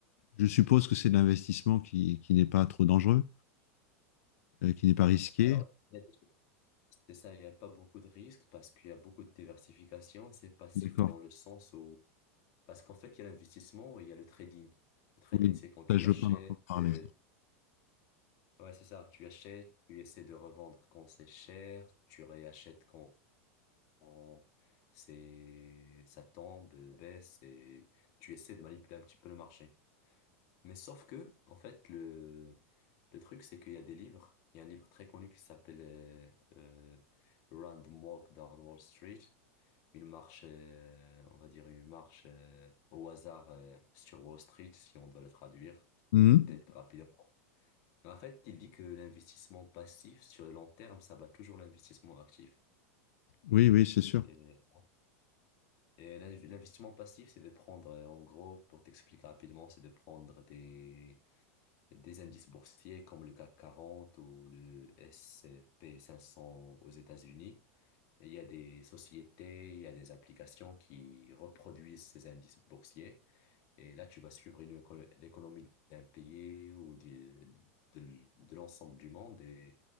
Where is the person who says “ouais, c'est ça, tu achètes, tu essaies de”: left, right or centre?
Left